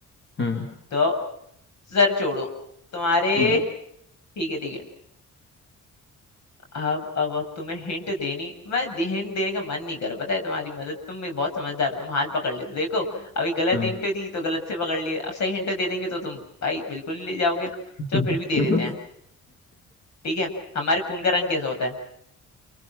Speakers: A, on the left; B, on the left.
A: हम्म
B: तो सर छोड़ो तुम्हारे
A: हम्म
B: ठीक है ठीक है अब अब अब तुम्हें हिंट देनी मैं हिंट देने का मन नहीं कर रहा, पता है तुम्हारी मदद तुम भी बहुत समझदार हो तुम हाल पकड़ लेते हो। देखो अभी गलत
A: हम्म।
B: हिंट दी तो गलत से पकड़ लिए अब सही हिंट दे देंगे तो तुम भाई बिल्कुल ले जाओगे
A: <laughs>
B: चलो फिर भी दे देते हैं ठीक है हमारे खून का रंग कैसा होता है